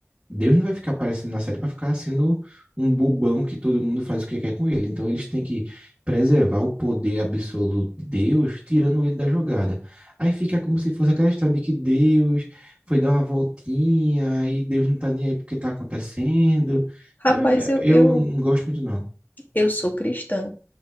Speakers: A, on the right (about 20°); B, on the left (about 40°).
A: Deus não vai ficar aparecendo na série para ficar sendo um bobão que todo mundo faz o que quer com ele. Então eles têm que preservar o poder absoluto de Deus, tirando ele da jogada. Aí fica como se fosse aquela história de que Deus foi dar uma voltinha e Deus não tá nem aí porque tá acontecendo.
B: Rapaz,
A: É,
B: eu,
A: Eu,
B: eu,
A: não gosto muito, não.
B: eu sou cristã,